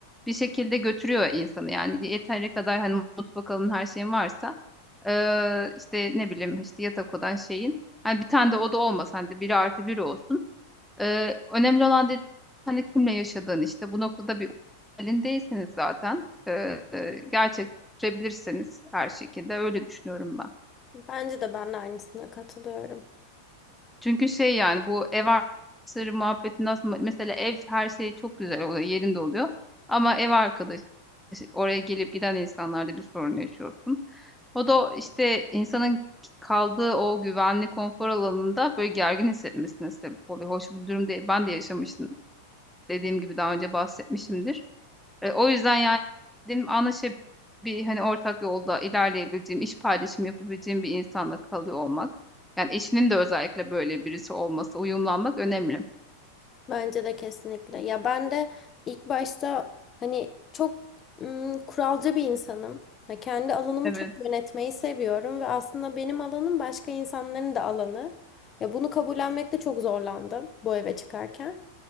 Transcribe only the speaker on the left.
Bence de ben de aynısına katılıyorum.
Bence de kesinlikle. Ya ben de ilk başta hani çok ım, kuralcı bir insanım. Ha, kendi alanımı
çok yönetmeyi seviyorum ve aslında benim alanım başka insanların da alanı. Ya bunu kabullenmekte çok zorlandım bu eve çıkarken.